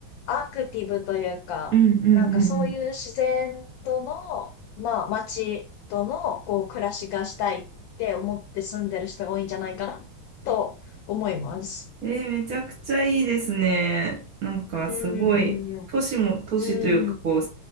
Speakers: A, on the left (about 75°); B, on the right (about 60°).
A: アクティブというか、
B: うんうんうん
A: なんかそういう自然との、まあ街とのこう暮らしがしたいって思って住んでる人が多いんじゃないかなと思います。
B: うん。えーめちゃくちゃいいですね。なんかすごい、
A: うーん、う
B: 都市も都市というか、
A: ーん、
B: こう、